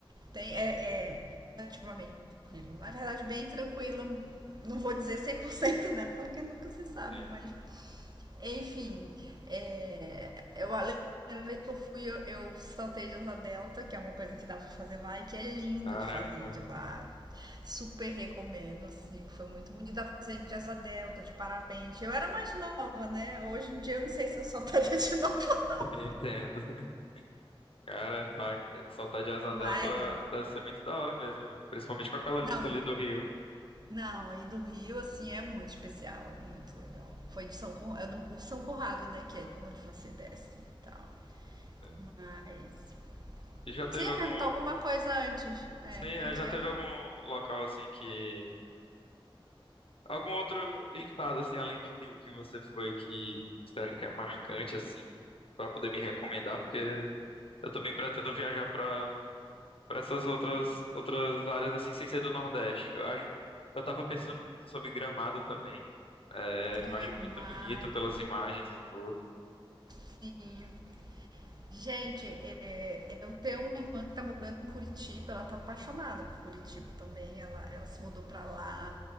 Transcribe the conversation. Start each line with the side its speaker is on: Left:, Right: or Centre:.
Right: tem, é, é relativamente tranquilo. Na verdade, bem tranquilo. Não vou dizer cem por cento né? Porque nunca se sabe,
Left: tem.
Right: mas enfim, é, eu, a primeira vez que eu fui, eu, eu saltei de asa delta, que é uma coisa que dá pra fazer lá e que é lindo
Left: Caramba,
Right: de fazer de lá. Super recomendo, assim, foi muito bonito. Dá pra fazer de asa delta, de parapente. Eu era mais nova, né? Hoje em dia eu não sei se eu saltaria de novo, <laughs>
Left: <laughs> entendo. Cara, para soltar de Asa
Right: mas.
Left: Delta deve ser muito da hora mesmo, viu? Principalmente com aquela
Right: Não,
Left: vista ali do rio.
Right: não, e do Rio, assim, é muito especial, é muito legal. Foi de São Conrado, o São Conrado, né, que é onde você desce e tal.
Left: Entendo.
Right: Mas
Left: E já teve
Right: Você ia
Left: algum.
Right: perguntar alguma coisa antes. É,
Left: Sim, é,
Right: o que que
Left: já
Right: era?
Left: teve algum local assim que. Algum outro estado, assim, além do Rio que você foi, que você acha que é marcante, assim, pra poder me recomendar? Porque eu também pretendo viajar pra para essas outras, outras áreas, assim, sem ser do Nordeste. Eu acho, eu tava pensando muito sobre Gramado também. É,
Right: Gramado.
Left: eu acho muito bonito pelas imagens e tudo.
Right: Sim. Gente, é, eu tenho uma irmã que tá morando em Curitiba, ela tá apaixonada por Curitiba também, ela, ela se mudou pra lá